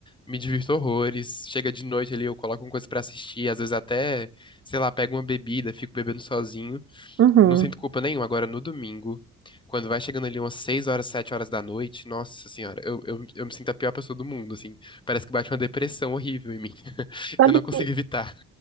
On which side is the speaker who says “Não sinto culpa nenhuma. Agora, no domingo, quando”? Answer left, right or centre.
Left